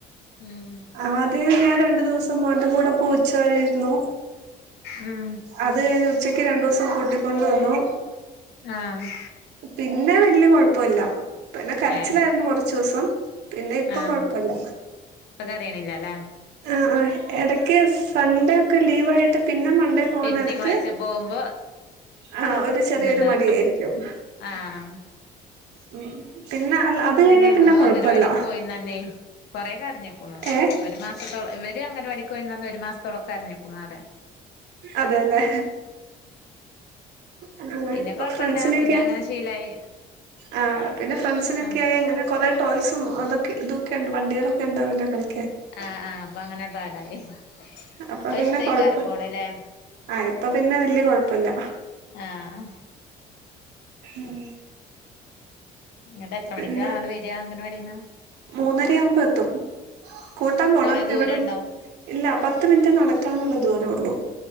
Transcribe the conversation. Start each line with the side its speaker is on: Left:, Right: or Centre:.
Left: ഉം
Right: ആദ്യം ഞാൻ രണ്ടു ദിവസം മോന്റെ കൂടെ പോ ഉച്ച വെരെ ഇര്ന്നു
Left: ഉം
Right: അത് കഴിഞ്ഞ് ഉച്ചക്ക് രണ്ടുസം കൂട്ടിക്കൊണ്ട് വന്നു
Left: ആഹ്
Right: പിന്നെ വെല്യ കൊഴപ്പുല്ല പിന്നെ കരച്ചിലാര്ന്നു
Left: ഏഹ്
Right: കൊർച്ചുസം പിന്നെ ഇപ്പ
Left: ആഹ്
Right: കൊഴപ്പല്ല
Left: ഇപ്പൊ കരയണില്ലല്ലേ
Right: ആഹ് ആഹ് എടയ്ക്ക് സൺഡേ ഒക്കെ ലീവായിട്ട് പിന്നെ മണ്ടേ പോന്നെട്ത്ത്
Left: പിന്നെ തിങ്കളാഴ്ച പോകുമ്പോ
Right: ആ ഒരു ചെറിയൊരു
Left: ഇതുണ്ടാ
Right: മടിയായിരിക്കും
Left: ആഹ്
Right: ഉം പിന്നെ അല്ല കഴിഞ്ഞാ
Left: തെന്നെന്നു
Right: പിന്നെ കൊഴപ്പല്ല
Left: അംഗനവാടിക്ക് പോയിന്നന്നെ കൊറെേ കരഞ്ക്ക്ണു
Right: ഏഹ്
Left: ഒരു മാസത്തോളം ഇവര് അംഗനവാടിക്ക് പൊയീന്നന്ന് ഒരു മാസത്തോളൊക്കെ കരഞ്ക്കുണു പറയ
Right: അതെല്ലേ ആ
Left: പിന്നെ
Right: ഇപ്പൊ
Left: കൊഴപ്പല്ല
Right: ഫ്രണ്ട്സിനൊക്കെ
Left: പിന്നെ അങ്ങനെ ശീലായി
Right: ആ പിന്നെ ഫ്രണ്ട്സിനൊക്കായി
Left: ആ
Right: അങ്ങനെ കൊറെ ടോയ്സും അതൊക്കെ ഇതൊക്കെണ്ട് വണ്ടികളൊക്കെ ണ്ടാവല്ലോ കളിക്കാൻ
Left: ആഹ് ആഹ് അപ്പൊ അങ്ങനണ്ട് പാടായി
Right: അപ്പൊ
Left: ഇപ്പൊ
Right: പിന്നെ
Left: ഇഷ്ടായിക്കാരം
Right: കൊഴപ്പ
Left: പോണല്ലേ
Right: ആ ഇപ്പൊ പിന്നെ വെല്യ കൊഴപ്പല്ല
Left: ആഹ്
Right: ഉം
Left: ന്ന്ട്ട് എത്ര
Right: പിന്നെ
Left: മണിക്ക ആള് വെര അങ്കൻവാടീന്ന്
Right: മൂന്നരയാവുമ്പോ എത്തും കൂട്ടാൻ പോണം
Left: കൊറെ ദൂരണ്ടോ
Right: ഇവടം ഇല്ല പത്ത് മിനിറ്റ് നടക്കാനുള്ള ദൂരൊള്ളു